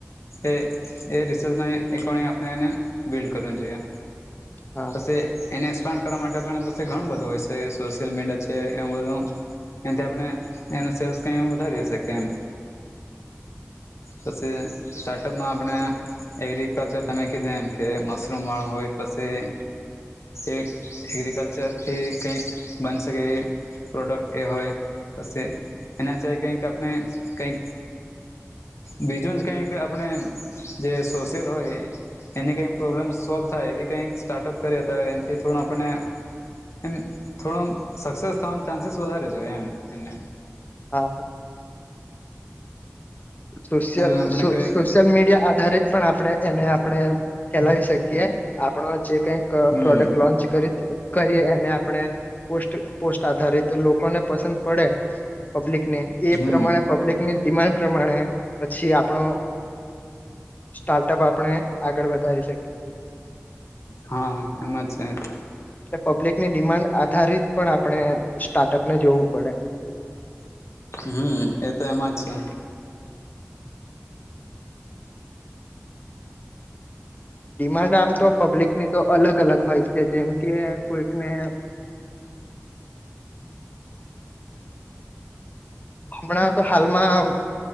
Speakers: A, on the left; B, on the left.
A: એ એ રિસોર્સના એ પણ એ આપણેને બિલ્ડ કરવાનું જોઈએ.
B: હા
A: પશે એને એક્સપાન્ડ કરવા માટે પણ પસી ઘણું બધું હોય છે, સોશિયલ મીડિયા છે, એ બધું. એથી આપણે એનું સેલ્સ કંઈ વધારી હશે કે એમ.
B: <unintelligible> <inaudible>
A: બસએ સ્ટાર્ટઅપમાં આપણે એગ્રીકલ્ચર તમે કીધો એમ કે મશરૂમવાળું હોય પછી એક એગ્રીકલ્ચરથી કંઈક બન શકેએ પ્રોડક્ટ એ હોય પસે એના સિવાય કંઈક આપણે કંઈક બીજું જ કંઈક આપણે જે સોશિયલ હોય એની કંઈક પ્રોબ્લેમ સોલ્વ થાય એવી કંઈક સ્ટાર્ટઅપ કરીયે તો એનથી થોડું આપને એમ થોડો આમ સક્સેસ થવાના ચાન્સીસ વધારે જોઈએ એમ એમને.
B: હા, હા. સોશ્યલ
A: આપણે
B: સો
A: કઈક
B: સોશ્યલ મીડિયા આધારિત પણ આપણે એને આપણે ફેલાવી શકીએ આપણો જે કંઈક ક
A: હમ
B: પ્રોડક્ટ લોન્ચ કરી <unintelligible> કરીએ એને આપણે પોસ્ટ પોસ્ટ આધારિત લોકોને પસંદ પડે પબ્લિકને એ
A: હમ
B: પ્રમાણે પબ્લિકની ડિમાન્ડ પ્રમાણે પછી આપણો સ્ટાર્ટઅપ આપણે આગળ વધારી શકીએ.
A: હા એમ જ છે, તો.
B: એટલે પબ્લિકની ડિમાન્ડ આધારિત પણ આપણે સ્ટાર્ટઅપને જોવું પડે.
A: હમ. એ તો એમ જ છે.
B: ડિમાન્ડ આમ તો પબ્લિક ની તો અલગ અલગ હોય છે. જેમ કે, કોઈકને હમણાં તો હાલમાં